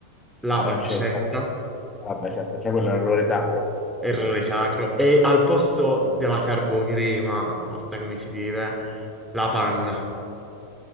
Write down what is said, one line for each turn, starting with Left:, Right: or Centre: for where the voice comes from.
Centre: la
Left: la
Centre: pancetta,
Left: pancetta. Vabbè, certo, cioè quello è un errore sacro.
Centre: errore sacro, e al posto della carbocrema, fatta come si deve, la panna.